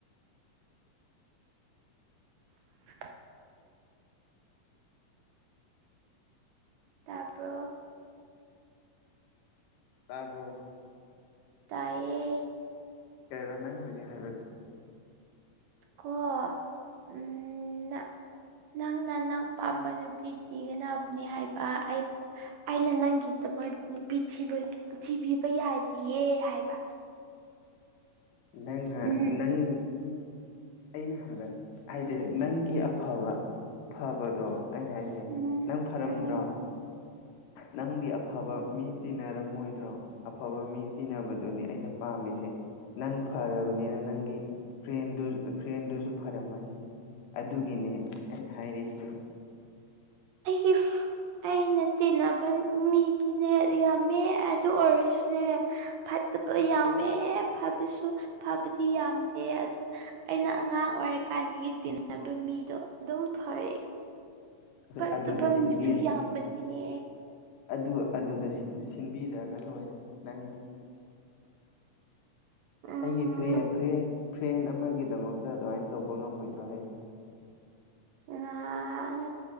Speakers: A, on the right; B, on the left.
A: <unintelligible> ꯇꯥꯄꯔꯣ
B: ꯇꯥꯕꯔꯣ
A: ꯇꯥꯏꯌꯦ
B: ꯀꯩ ꯍꯥꯏꯕ ꯅꯪꯅ ꯍꯧꯖꯤꯛ ꯍꯥꯏꯕ
A: ꯀꯣ ꯎꯆ ꯅꯪꯅ ꯅꯪ ꯄꯥꯝꯕ ꯅꯨꯄꯤ ꯊꯤꯒꯗꯕꯅꯤ ꯍꯥꯏꯕ ꯑꯩ ꯑꯩꯅ ꯅꯪꯒꯤꯗꯃꯛ ꯅꯨꯄꯤ ꯊꯤꯕ ꯊꯤꯕꯤꯕ ꯌꯥꯗꯤꯌꯦ ꯍꯥꯏꯕ
B: ꯅꯪꯅ
A: ꯎꯝ
B: ꯅꯪ ꯑꯩꯅ ꯍꯥꯏꯕ ꯍꯥꯏꯗꯤ ꯅꯪꯒꯤ ꯑꯐꯕ ꯐꯕꯗꯣ ꯑꯩꯅ ꯍꯥꯏꯁꯦ
A: ꯎꯝ
B: ꯅꯪ ꯐꯔꯝꯗ꯭ꯔꯣ
A: ꯎꯝ
B: ꯅꯪꯗꯤ ꯑꯐꯕ ꯃꯤ ꯇꯤꯟꯅꯔꯝꯃꯣꯏꯗ꯭ꯔꯣ ꯑꯐꯕ ꯃꯤ ꯇꯤꯟꯅꯕꯗꯨꯅꯤ ꯑꯩꯅ ꯄꯥꯝꯃꯤꯁꯦ ꯅꯪ ꯐꯔꯕꯅꯤꯅ ꯅꯪꯒꯤ ꯐ꯭ꯔꯦꯟꯗꯨ ꯐ꯭ꯔꯦꯟꯗꯨꯁꯨ ꯐꯔꯝꯃꯅꯤ ꯑꯗꯨꯒꯤꯅꯦ ꯑꯩꯅ ꯍꯥꯏꯔꯤꯁꯦ
A: ꯑꯩꯒꯤ ꯑꯩꯅ ꯇꯤꯟꯅꯕ ꯃꯤꯗꯤꯅꯦ ꯌꯥꯝꯃꯦ ꯑꯗꯨ ꯑꯣꯏꯔꯁꯨꯅꯦ ꯐꯠꯇꯕ ꯌꯥꯝꯃꯦ ꯐꯕꯁꯨ ꯐꯕꯗꯤ ꯌꯥꯝꯗꯦ ꯑꯗꯨ ꯑꯩꯅ ꯑꯉꯥꯡ ꯑꯣꯏꯔꯤꯀꯥꯟꯗꯒꯤ ꯇꯤꯟꯅꯕ ꯃꯤꯗꯣ ꯑꯗꯨꯝ ꯐꯔꯦ ꯐꯠꯇꯕꯥ
B: ꯑꯗꯨꯗ ꯁꯤꯟꯕꯤꯔꯦ
A: ꯃꯤꯁꯨ ꯌꯥꯝꯕꯅꯦ
B: ꯑꯗꯨ ꯑꯗꯨꯗ ꯁꯤꯟꯕꯤꯔꯛꯑꯒ ꯂꯣꯏꯔꯦ ꯅꯪꯅ
A: ꯎꯝ
B: ꯑꯩꯒꯤ ꯐꯔꯦ ꯐꯔꯦ ꯐ꯭ꯔꯦꯟ ꯑꯃꯒꯤꯗꯃꯛꯇ ꯑꯗꯨꯋꯥꯏ ꯇꯧꯕ ꯉꯝꯃꯣꯏꯗ꯭ꯔꯥ ꯍꯥꯏꯁꯦ
A: ꯅꯍꯥꯟ